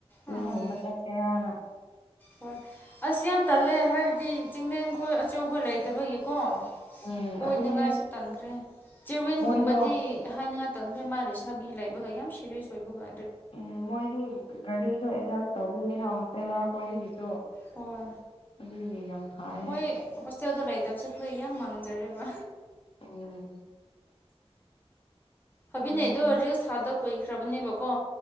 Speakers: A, on the left; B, on the left.
A: <unintelligible>
B: ꯑꯥ
A: ꯎꯝꯃ ꯆꯠꯀꯦꯔꯅ
B: ꯍꯣꯏ ꯑꯁ ꯌꯥꯝ ꯇꯜꯂꯦ ꯍꯥꯏꯕꯗꯤ ꯆꯤꯡꯂꯦꯟꯈꯣꯏ ꯑꯆꯧꯈꯣꯏ ꯂꯩꯇꯕꯒꯤꯀꯣ
A: ꯎꯝ
B: ꯀꯣꯏꯅꯤꯡꯉꯥꯏꯁꯨ
A: ꯑꯗꯨꯅꯦ
B: ꯇꯟꯈ꯭ꯔꯦ ꯆꯤꯋꯤꯟꯒꯨꯝꯕꯗꯤ
A: ꯃꯣꯏꯗꯣ
B: ꯑꯦ ꯍꯥꯏꯅꯤꯡꯉꯥꯏ ꯇꯪꯍꯦ ꯃꯥꯜꯂꯦ ꯁꯥꯕꯤ ꯂꯩꯕꯒ ꯌꯥꯝ ꯁꯦꯔꯤꯌꯁ ꯑꯣꯏꯕꯒ ꯑꯗ
A: ꯎꯝ ꯃꯣꯏꯒꯤ ꯒꯥꯔꯤꯗꯣ ꯑꯦꯗꯖꯁ ꯇꯧꯕꯤꯌꯦꯅ ꯍꯣꯁꯇꯦꯜꯔ ꯍꯣꯏꯗꯒꯤꯁꯨ
B: ꯍꯣꯏ
A: ꯑꯗꯨꯒꯤ ꯌꯥꯝ ꯐꯥꯌꯦ
B: ꯃꯣꯏ ꯍꯣꯁꯇꯦꯜꯗ ꯂꯩꯇꯕꯁꯦ ꯑꯈꯣꯏ ꯌꯥꯝ ꯃꯥꯡꯖꯔꯦꯕ
A: ꯎꯝ
B: ꯐꯕꯤꯅꯩꯗꯣ
A: ꯑꯗꯨꯅꯦ
B: ꯔꯤꯜꯁ ꯊꯥꯗ ꯀꯨꯏꯈ꯭ꯔꯕꯅꯦꯕꯀꯣ